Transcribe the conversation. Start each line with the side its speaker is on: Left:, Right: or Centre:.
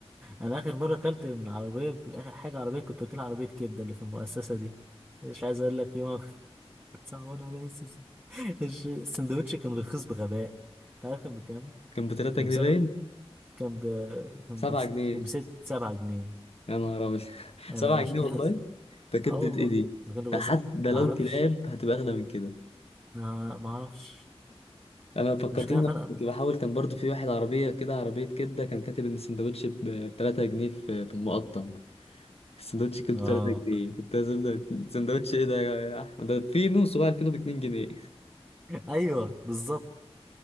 Right: أنا آخر مرة أكلت من عربية آخر حاجة عربية كنت واكلها عربية كبدة اللي في المؤسسة دي مش عايز أقول لك يوم أنا كنت <laughs> صعبان على نفسي الش- السندوتش كان رخيص بغباء أنت عارف كان بكام؟
Left: كان ب 3
Right: كان
Left: جنيه
Right: بسبع
Left: باين
Right: كان ب... كان
Left: 7
Right: ب...
Left: جنيه
Right: كان بست سبعة جنيه
Left: يا نهار ابيض <laughs>
Right: أنا
Left: 7
Right: مش
Left: جنيه
Right: كده
Left: والله ده كبده
Right: اه والله
Left: ايه دي
Right: أنت كنت بهزر
Left: ده حتى
Right: ما
Left: لو
Right: أعرفش
Left: كلاب هتبقى اغلى من كده
Right: ما ما أعرفش
Left: انا فكرتني
Right: مش كده
Left: لما
Right: فرق
Left: كنت بحاول كان برضو في واحد عربيه كده عربيه كبده كان كاتب ان السندوتش ب 3 جنيه في في المقطم السندوتش كبده
Right: اه
Left: 3 جنيه كنت عايز السندوتش ايه ده يا احمد ده في نص بقى الفينو ب 2 جنيه
Right: ايوه بالظبط